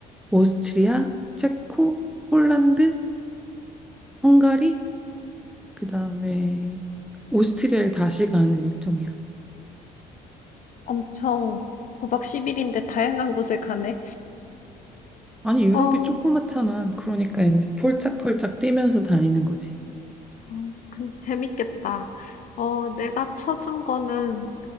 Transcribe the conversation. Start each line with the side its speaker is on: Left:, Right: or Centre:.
Centre: 오스트리아, 체코, 폴란드, 헝가리, 그다음에 오스트리아를 다시 가는 일정이야.
Left: 엄청 구박1일인데 다양한 곳을 가네.
Centre: 아니, 유럽이
Left: 어,
Centre: 조그맣잖아. 그러니까 이제 폴짝폴짝 뛰면서 다니는 거지.
Left: 음, 그, 재밌겠다. 어, 내가 찾은 거는